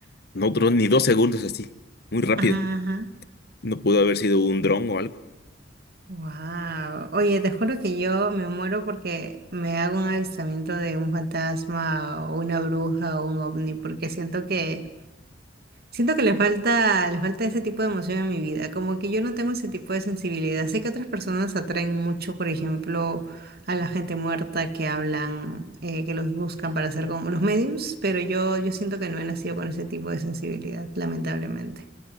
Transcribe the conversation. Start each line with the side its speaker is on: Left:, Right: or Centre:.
Left: no duró ni dos segundos así, muy rápido.
Right: Ajá,
Left: No pudo haber sido un dron o algo.
Right: wow. Oye, te juro que yo me muero porque me hago un avistamiento de un fantasma o una bruja o un ovni, porque siento que Siento que le falta, le falta ese tipo de emoción en mi vida, como que yo no tengo ese tipo de sensibilidad. Sé que otras personas atraen mucho, por ejemplo, a la gente muerta que hablan, eh, que los buscan para hacer como los mediums, pero yo, yo siento que no he nacido con ese tipo de sensibilidad, lamentablemente.